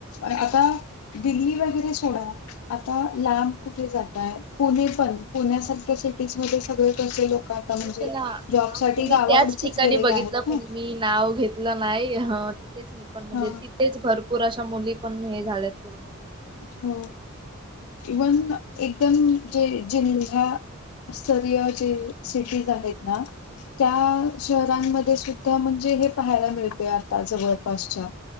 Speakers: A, on the left (about 75°); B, on the right (about 20°).
A: आता. दिल्ली वगैरे सोडा. आता लांब कुठे जातय पुणे पण पुण्यासारख्या सिटीज मध्ये सगळे कसे लोक. म्हणजे
B: तेच ना
A: जॉब
B: हा म्हणे
A: साठी
B: मी
A: गावाकडचेच
B: त्याच ठिकाणी
A: गेलेले
B: बघितलं
A: आहेत ना
B: पण मी नाव घेत ला नाही हा तिथेच मी पण म्हणजे
A: हा
B: तिथेच भरपूर अशा मुली पण हे झाल्यात.
A: हो
B: तेच
A: इवन
B: ना
A: एकदम जे जिल्हा्या. स्तरीय जे सिटीज आहेत ना. त्या
B: हा
A: शहरांमध्ये सुद्धा म्हणजे हे पाहायला मिळते आता जवळपासच्या.